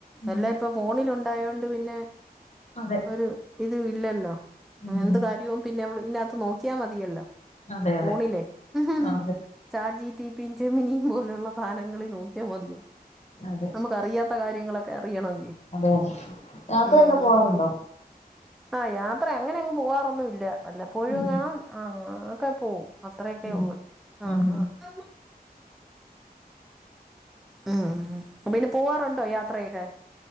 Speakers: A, on the left; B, in the centre.
A: ഉം,
B: എല്ലാ ഇപ്പോ ഫോണിൽ ഉണ്ടായോണ്ട് പിന്നെ
A: അതെ
B: ഒരു ഇതും ഇല്ലല്ലോ
A: ഉം
B: എന്ത് കാര്യവും പിന്നെ ഇതിനകത്ത് നോക്കിയാൽ മതിയല്ലോ
A: അതെ അതെ
B: ഫോണിലെ ഹ് ഹ്
A: ആ, അതെ
B: ചാറ്റ് ജി പി റ്റി ജെമിനിയും പോലെയുള്ള സാധനങ്ങളിൽ നോക്കിയാൽ മതിയല്ലോ
A: അതെ
B: നമുക്ക് അറിയാത്ത കാര്യങ്ങളൊക്കെ അറിയണമെങ്കിൽ
A: അതെ അതെ യാത്രയൊക്കെ
B: ആ ഹ്
A: പോവാറുണ്ടോ
B: ആ യാ യാത്ര അങ്ങനെ അങ്ങ് പോവാറൊന്നുമില്ല വല്ലപ്പോഴും
A: ഉം,
B: എ ങ്ങാണം ഒക്കെ പോവും അത്രയെക്കെ
A: ഉം.
B: ഉള്ളൂ ആ
A: ഉം ഉം.
B: ആ അ ആ അപ്പോ പിന്നെ പോവാറുണ്ടോ യാത്രയെക്കെ